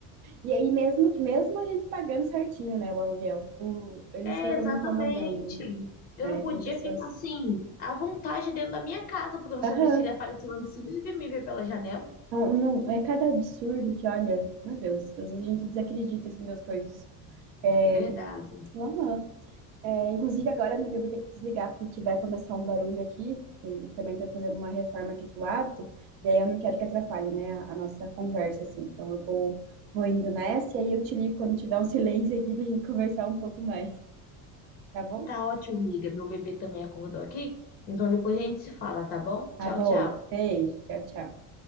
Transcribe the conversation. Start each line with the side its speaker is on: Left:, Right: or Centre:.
Right: E aí, mesmo, que- mesmo a gente pagando certinho, né, o aluguel, o, eles
Left: É,
Right: ficam
Left: exatamente.
Right: incomodando,
Left: Eu
Right: né?
Left: não podia
Right: Tem pessoas.
Left: ficar assim, à vontade dentro da minha casa, porque eu não
Right: Aham.
Left: sabia se ele apareceu lá em cima e ia me ver pela janela.
Right: Não, não, é cada absurdo que, olha, meu Deus, às vezes a gente desacredita, assim, das coisas. É,
Left: Verdade.
Right: aham. É, inclusive, agora, amiga, eu vou ter que desligar porque vai começar um barulho aqui, que também tá fazendo uma reforma aqui do lado, e aí eu não quero que atrapalhe, né, a, a nossa conversa, assim. Então, eu vou, vou indo nessa, e aí eu te ligo quando tiver um <laughs> silêncio aqui pra gente conversar um pouco mais, tá bom?
Left: Tá ótimo, amiga. Meu bebê também acordou aqui. Então depois a gente se fala, tá bom?
Right: Tá
Left: Tchau,
Right: bom.
Left: tchau.
Right: Beijo. Tchau, tchau.